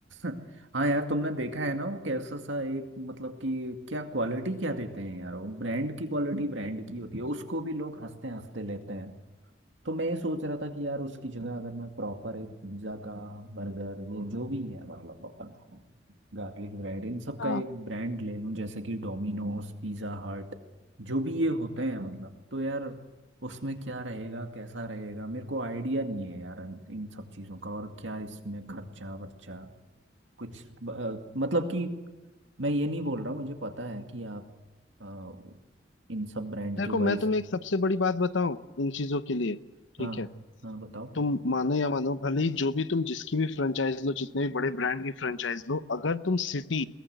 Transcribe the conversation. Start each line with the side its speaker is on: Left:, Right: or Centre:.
Right: <laughs> हाँ यार तुमने देखा है ना वो कैसा सा एक मतलब कि क्या क्वालिटी क्या देते हैं यार वो ब्रांड की क्वालिटी ब्रांड की होती है उसको भी लोग हंसते हंसते लेते हैं तो मैं ये सोच रहा था कि यार उसकी जगह अगर मैं प्रॉपर एक पिज्ज़ा का बर्गर ये जो भी है मतलब अपन गार्लिक ब्रेड इन सब का
Left: हाँ
Right: एक ब्रांड ले लूं जैसे कि डोमिनोज पिज़्ज़ा हट जो भी ये होते हैं मतलब तो यार उसमें क्या रहेगा कैसा रहेगा मेरे को आइडिया नहीं है यार इन इन सब चीज़ों का और क्या इसमें खर्चा वर्चा कुछ ब- अ, मतलब कि मैं ये नहीं बोल रहा हूँ मुझे पता है कि आप अ, इन सब ब्रांड
Left: देखो
Right: के वाइज
Left: मैं तुम्हें एक सबसे बड़ी बात बताऊं इन चीजों के लिए ठीक
Right: हाँ
Left: है
Right: हाँ बताओ
Left: तुम मानो या मानो भले ही जो भी तुम जिसकी भी फ्रेंचाइज लो जितने भी बड़े ब्रांड की फ्रेंचाइज लो अगर तुम सिटी